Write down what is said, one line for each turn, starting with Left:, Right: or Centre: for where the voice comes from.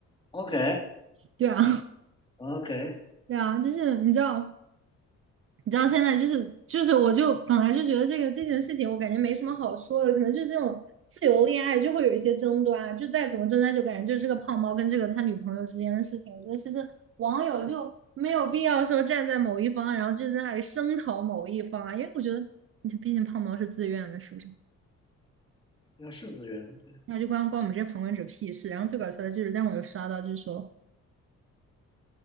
Left: ？OK
Right: <laughs> 对啊，
Left: OK，
Right: <laughs> 对啊，就是你知道。你知道现在就是就是，我就本来就觉得这个这件事情，我感觉没什么好说的，可能就是这种自由恋爱就会有一些争端啊，就再怎么争端，就感觉就是这个胖猫跟这个他女朋友之间的事情。我觉得其实网友就没有必要说站在某一方，然后就在那里声讨某一方啊，因为我觉得，毕竟胖猫是自愿的，是不是？
Left: 那是自愿的，对
Right: 那就关关我们这些旁观者屁事。然后最搞笑的就是，但我有刷到，就是说，